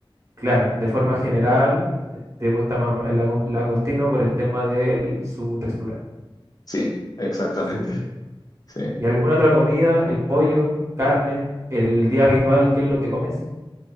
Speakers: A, on the right; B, on the left.
A: Claro, de forma general, eh, te gusta más más el lago- langostino por el tema de el- su textura.
B: Sí, exactamente.
A: Súper.
B: Sí.
A: ¿Y alguna otra comida? ¿El pollo, carne, el día habitual, qué es lo que comes?